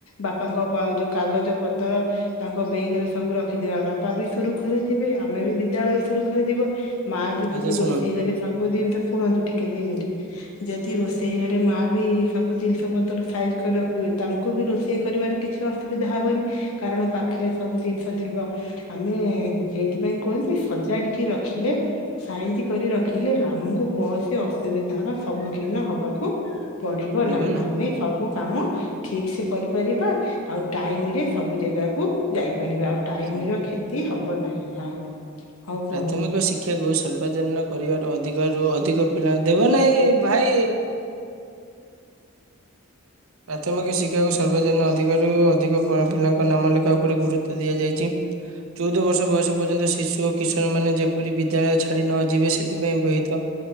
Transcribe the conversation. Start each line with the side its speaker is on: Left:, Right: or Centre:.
Left: ବାପାଙ୍କ ପା ଯୋଉ କାଗଜ ପ ତର ତାଙ୍କ ବେଗରେ ସବୁ ରଖିଥିବା ବାପା ବି ସୁରୁଖୁରୁରେ ଯିବେ ଆମେ ବି ବିଦ୍ୟାଳୟ ସୁରୁଖୁରେ ଯିବ। ମା ବି ଯଦି
Right: ଆଚ୍ଛା ଶୁଣନ୍ତୁ
Left: ରୋଷେଇ ଘରେ ସବୁ ଜିନଷ ଥୁଅନ୍ତି ଟିକେ ଦି ମିନିଟ୍ ଯଦି ରୋଷେଇ ଘ ରେ ମାଆ ବି ସବୁ ଜିନିଷ ପତର ସାଇଜି କରି ରଖିିଥିବେ ତାଙ୍କୁ ବି ରୋଷେଇ କରିବାରେ କିଛି ଅସୁବିଧା ହବନି। କାରଣ ପାଖରେ ସବୁ ଜିନିଷ ଥିବ। ଆମେ ହେ ସେଇଥିପାଇଁ କୁହନ୍ତି ସଜାଡିକି ରଖିଲେ ସାଇଜି କରି ରଖିଲେ ଆମକୁ କୌଣସି ଅସୁବିଧାର ସମ୍ମୁଖୀନ ହବାକୁ ଉଁ ପଡିବ
Right: ପଢିବ
Left: ନାହିଁ
Right: ନା
Left: ଆମେ ସବୁ କାମ ଠିକ୍ ସେ କରିପାରିବା ଆଉ ଟାଇମରେ ସବୁ ଜାଗାକୁ ଯାଇପାରିବା ଆଉ। ଟାଇମିର
Right: ଶୁଣ
Left: କ୍ଷତି ହବ ନାହିଁ ଆଉ। ହଉ କୁହନ୍ତୁ।
Right: ପ୍ରାଥମିକ ଶିକ୍ଷାକୁ ସର୍ବଜନୀନ କରିବାର ଅଧିକରୁ ଅଧିକ ପିଲା ଦେବା ନାହିଁ ଭାଇ ପ୍ରାଥମିକ ଶିକ୍ଷାକୁ ସର୍ବଜନୀନ ଅଧିକରୁ ଅଧିକ ଫର୍ମ ପିଲାଙ୍କ ନାମ ଲେଖା ଉପରେ ଗୁରୁତ୍ୱ ଦିଆଯାଇଚି। ଚଉଦ ବର୍ଷ ବୟସ ପର୍ଯ୍ୟନ୍ତ ଶିଶୁ ଓ କିଶୋର ମାନେ ଯେପରି ବିଦ୍ୟାଳୟ ଛାଡି ନ ଯିବେ ସେଥିପାଇଁ ବ୍ୟହିତ